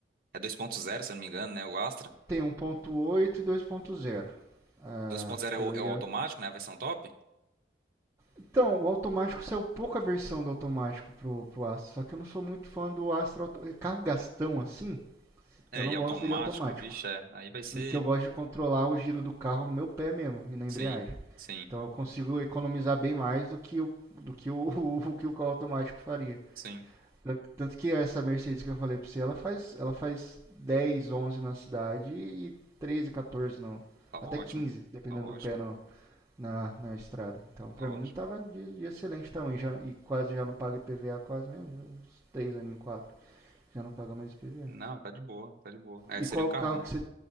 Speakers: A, on the right; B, on the right.
A: É dois ponto zero, se eu não me engano, né? O Astra.
B: tem 1.8 e 2.0. Ah,
A: 2.0
B: eu
A: é o, é
B: ia.
A: o automático, né? A versão top.
B: Então, o automático saiu pouca versão do automático pro, pro Astra, só que eu não sou muito fã do Astra auto- carro gastão assim.
A: É,
B: Eu não
A: e automático,
B: gosto dele automático,
A: bicho, é. Aí vai ser.
B: porque eu gosto de controlar o giro do carro no meu pé mesmo e na embreagem.
A: Sim, sim,
B: Então eu consigo economizar bem mais do que o, do que o, <laughs> o o que o carro automático faria.
A: sim.
B: Tanto, tanto que essa Mercedes que eu falei pra você, ela faz, ela faz 10 11 na cidade e 13 14 no,
A: Tá ótimo.
B: até 15 dependendo
A: Tá ótimo.
B: do pé no- na, na estrada. Então pra
A: Tá ótimo.
B: mim tava de, de excelente tamanho já, e quase já não paga IPVA, quase mesmo, já uns 3 aninhos, 4, já não paga mais IPVA.
A: Não, tá de boa, tá de boa. É,
B: E
A: seria
B: qual
A: um carrão.
B: carro que você,